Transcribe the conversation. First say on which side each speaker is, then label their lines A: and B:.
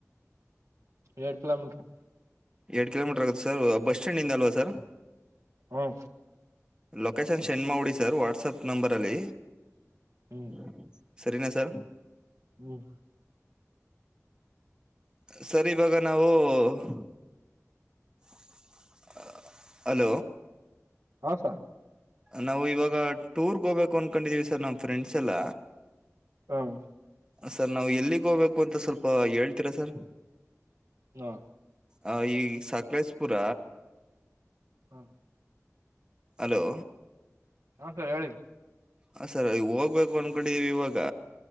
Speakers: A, on the right; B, on the right.
A: ಯಾಡ್ ಕಿಲೋಮೀಟ್ರು.
B: ಎಡ್ ಕಿಲೋಮೀಟ್ರ್ ಆಗುತ್ತೆ ಸರ್ ಬಸ್ ಸ್ಟ್ಯಾಂಡ್ ಇಂದ ಅಲ್ವಾ ಸರ್.
A: ಹ್ಮ
B: ಲೊಕೇಶನ್ ಸೆಂಡ್ ಮಾಡ್ಬುಡಿ ಸರ್ ವಾಟ್ಸಪ್ ನಂಬರಲ್ಲಿ.
A: ಹ್ಮ್
B: <unintelligible> ಸರಿನಾ ಸರ್.
A: ಹ್ಮ್
B: ಸರ್ ಇವಾಗ ನಾವು. ಹ್ ಹು. <unintelligible> ಹಲೋ
A: ಸಾ <unintelligible>
B: ನಾವು ಇವಾಗ ಟೂರ್ಗೆ ಹೋಗ್ಬೇಕು ಅನ್ಕೊಂಡಿದೀವಿ ಸರ್ ನಮ್ಮ್ ಫ್ರೆಂಡ್ಸ್ ಎಲ್ಲ
A: ಹ್ಮ್
B: ಸರ್ ನಾವು ಎಲ್ಲಿಗೆ ಹೋಗ್ಬೇಕು ಅಂತ ಸ್ವಲ್ಪ ಹೇಳ್ತೀರ ಸರ್
A: ಹಾ
B: ಆ ಈ ಸಕಲೇಶ್ಪುರ
A: ಹ್ಮ
B: ಹಲೋ
A: ಹಾ ಸರ್ ಹೇಳಿ
B: ಹ ಸರ್ ಹೋಗ್ಬೇಕು ಅಂಡ್ಕಡೆವಿ ಇವಾಗ